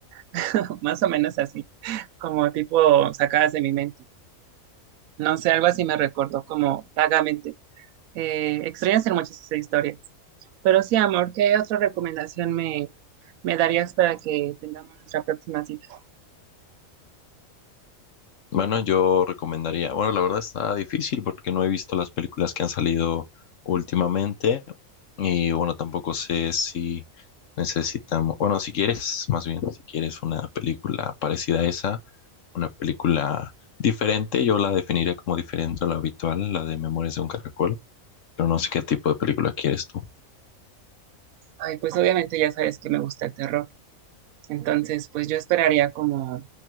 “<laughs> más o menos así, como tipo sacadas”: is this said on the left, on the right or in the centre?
Right